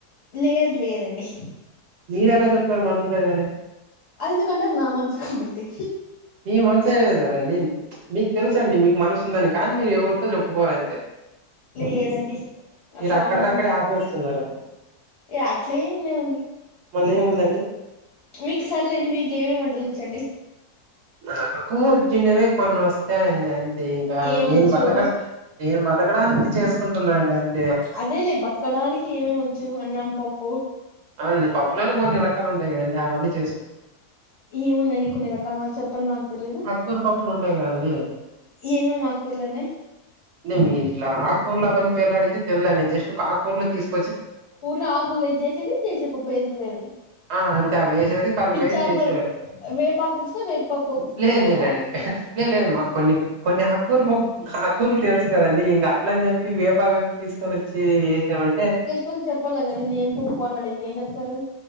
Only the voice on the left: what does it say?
లేదు లేదండి
అది మీకంటే నా మనసు కాబట్టి
లేదండి
అట్లా అవన్నీ
ఏం
ఏ అట్లా ఏమిలేదండి
మీకు సర్లేండి మీకు ఏమేమి వంటలుచ్చండి
ఏమొచ్చు
అదే లే బతకడానికి ఏమేమిచ్చు అన్నం పప్పు
ఏముందండి కొన్ని రకాలు నాకు చెప్పరా నాకు తెలీదు
ఏం ఎం అక్ర్లున్నాయి
ఊర్ల ఆకులు తెచ్చేసేది చేసే పప్పు వేసందిని
పిచ్చాకు
వేపాకు తీసున వేకపాకురస్తారా
మకు చెప్పాలి కదా ఇది ఏం పప్పువాలని అడిగితే ఏం చెప్తారు